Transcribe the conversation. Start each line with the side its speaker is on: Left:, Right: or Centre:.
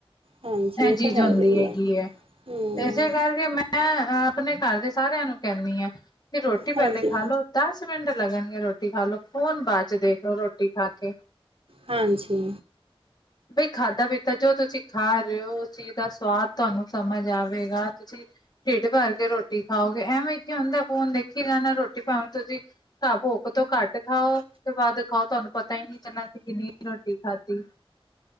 Right: ਹਾਂਜੀ
Left: ਇਹ ਚੀਜ਼
Right: ਤਾਂ ਹੈਗਾ
Left: ਹੋਂਦੀ
Right: ਹੀ
Left: ਹੈਗੀ ਹੈ।
Right: ਹਮ
Left: ਇਸੇ ਕਰਕੇ ਮੈਂ ਆਪਣੇ ਘਰ ਦੇ ਸਾਰਿਆਂ ਨੂੰ ਕੈੱਂਦੀ ਹਾਂ ਕਿ ਰੋਟੀ
Right: ਹਾਂਜੀ
Left: ਪਹਿਲੇ ਖਾਾਲੋ ਦਸ ਮਿੰਟ ਲੱਗਣਗੇ ਰੋਟੀ ਖਾ ਲ ਲੋ ਫੋਨ ਬਾਅਦ ਚ ਦੇਖ ਲੋ ਰੋਟੀ ਖਾ ਕੇ
Right: ਹਾਂਜੀ
Left: ਬਈ ਖਾਧਾ ਪੀਤਾ ਜੋ ਤੁਸੀਂ ਖਾ ਰਹੇ ਹੋ ਉਸ ਚੀਜ਼ ਦਾ ਸਵਾਦ ਤਾਨੂੰ ਸਮਝ ਆਵੇ। ਰਾ ਤੁਸੀਂ ਢਿਡ ਭਰ ਕੇ ਰੋਟੀ ਖਾਓਗੇ ਐਵੇਂ ਕੀ ਹੁੰਦਾ ਫੋਣ ਦੇਖੀ ਜਾਣਾ ਰੋਟੀ ਪਾਵੇ ਤੁਸੀਂ ਘ ਭੁੱਖ ਤੋਂ ਘੱਟ ਖਾਓ ਤੋਂ ਬਦ ਖਾਓ ਤੁਹਾਨੂੰ ਪਤਾ ਹੀ ਨਹੀਂ। ਕਹਨਾ ਅਸੀਂ ਕਿੰਨੀ ਰੋਟੀ ਖਾਧੀ